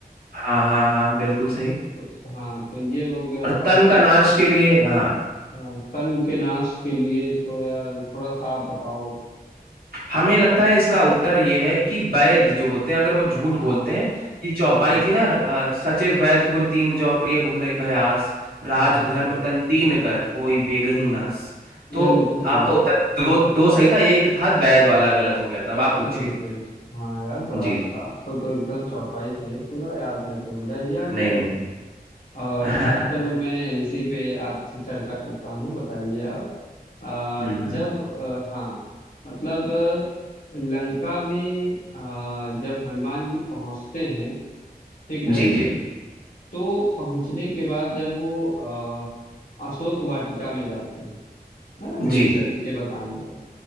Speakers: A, on the right; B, on the left.
A: हाँ हाँ हाँ बिल्कुल सही
B: तो, हाँ तो ये हो गया
A: और
B: और
A: तन
B: ति,
A: का नाश के लिए हाँ
B: हाँ, तन के नाश के लिए तो यार थोड़ा सा आप बताओ
A: हमें लगता है इसका उत्तर ये है कि वैद जो होते हैं अगर वो झूठ
B: हाँ
A: बोलते हैं कि चौपाई
B: बिल्कुल
A: थी ना अ, सचिव वैद गुर तीन जौ प्रिय भोलई भयास राज
B: हाँ
A: धर्म तन तीन कर होई बेगही नास तो
B: बिल्कुल
A: आपका उत्तर दो दो सही था एक था वैद वाला गलत हो गया था अब आप पूछिए
B: बिल्कुल हाँ यार बड़ा
A: जी
B: अच्छा
A: जी
B: आपको तो तो एकदम चौपाई सहित पूरा याद है तो मजा ही आ गया
A: नहीं
B: एकदम
A: नहीं
B: और
A: <laughs>
B: अब चलो मैं इसी पे आपसे चर्चा करता हूँ बताइए आप आ,
A: हम्म
B: जब
A: हम्म,
B: अ, हाँ मतलब अ, लंका में आ, जब हनुमान जी पहुंचते हैं ठीक है
A: जी जी
B: तो पहुंचने के बाद जब वो आ, अशोक वाटिका में जाते हैं है ना विभीषण
A: जी
B: जी के बताने पर